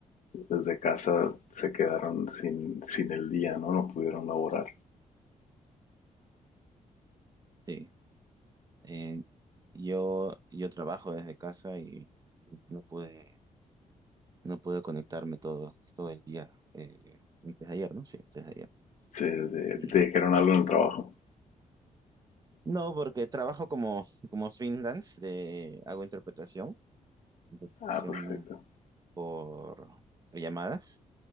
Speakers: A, on the left; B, on the right.
A: desde casa, se quedaron sin, sin el día, ¿no? No pudieron laborar.
B: Sí, Eh, yo, yo trabajo desde casa y no pude, no pude conectarme todo, todo el día. eh, desde ayer, ¿no? Sí, desde ayer.
A: Se, de-
B: Y
A: ¿Te dijeron algo en el trabajo?
B: no, porque trabajo como, como freelance, de, hago interpretación, interpretación
A: Ah, perfecto.
B: por llamadas.